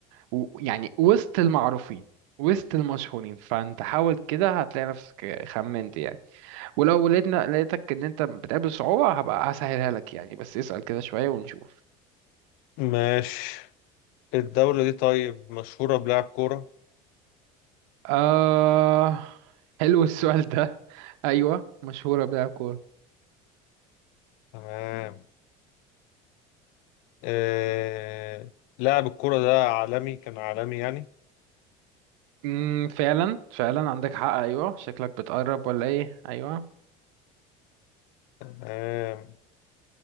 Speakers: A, on the right (about 90°); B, on the left (about 65°).
A: و- يعني وسط المعروفين وسط المشهورين فانت حاول كده هتلاقي نفسك خمنت يعني ولو لقيتنا لقيتك ان انت بتقابل صعوبة هبقى هسهلها لك يعني بس اسأل كده شوية ونشوف
B: ماشي الدولة دي طيب مشهورة بلعب كورة
A: آه حلو السؤال ده ايوه مشهورة بيها كورة.
B: تمام آه، لاعب الكرة ده عالمي كان عالمي يعني
A: امم فعلا فعلا عندك حق ايوه شكلك بتقرب ولا ايه ايوه
B: آه،